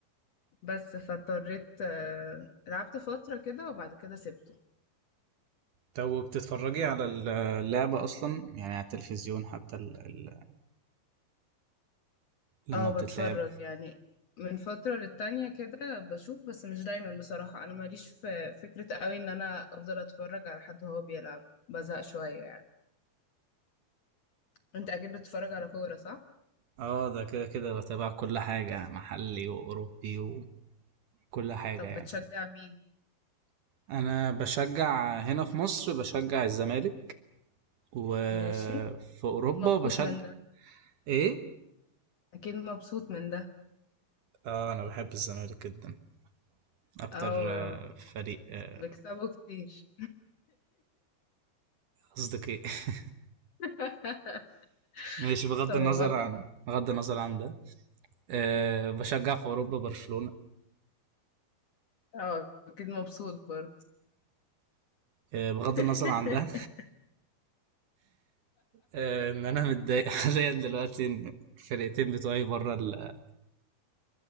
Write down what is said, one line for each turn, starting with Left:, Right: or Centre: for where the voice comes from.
Left: بس فاضطريت آه، لعبت فترة كده وبعد كده سبته
Right: طب بتتفرجي على ال- اللعبة أصلا يعني على التلفزيون حتى ال... ال... لما
Left: اه
Right: بتتلعب
Left: بتفرج يعني من فترة للتانية كده بشوف بس مش دايما بصراحة انا ماليش في فكرة قوي ان انا افضل اتفرج على حد هو بيلعب بزهق شوية يعني انت اكيد بتتفرج على كورة صح؟
Right: اه ده كده كده بتابع كل حاجة محلي وأوروبي و... كل حاجة
Left: طب
Right: يعني
Left: بتشجع مين؟
Right: أنا بشجع هنا في مصر بشجع الزمالك وفي
Left: ماشي
Right: أوروبا
Left: اكيد مبسوط
Right: بشجع
Left: من ده
Right: إيه؟
Left: اكيد مبسوط من ده
Right: آه أنا بحب الزمالك جدا أكتر
Left: اه
Right: آه، فريق آه،
Left: بيكسبوا كتير
Right: قصدك إيه؟ <laughs>
Left: <laughs>
Right: ماشي بغض
Left: طب
Right: النظر
Left: بغض
Right: عن
Left: النظر
Right: بغض النظر عن ده آه، بشجع في أوروبا برشلونة
Left: اه اكيد مبسوط برضه
Right: آه، بغض
Left: <laughs>
Right: النظر عن ده آه، إن أنا متضايق <laughs> حاليا دلوقتي إن الفرقتين بتوعي بره ال